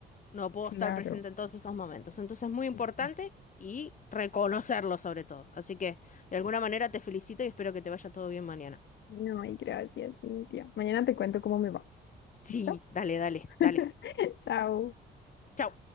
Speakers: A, on the left; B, on the left.
A: no puedo
B: claro,
A: estar presente en todos esos momentos. Entonces, es muy importante
B: exacto.
A: y reconocerlo sobre todo. Así que, de alguna manera, te felicito y espero que te vaya todo bien mañana.
B: No, y gracias, Cintia. Mañana te cuento cómo me va.
A: Sí,
B: ¿Listo?
A: dale, dale, dale.
B: <laughs> Chao.
A: Chau.